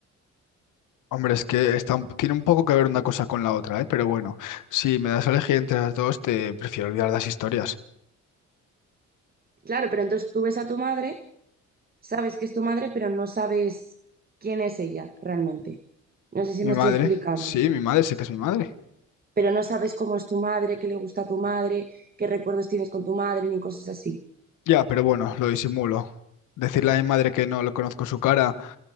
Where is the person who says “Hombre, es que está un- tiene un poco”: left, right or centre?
Left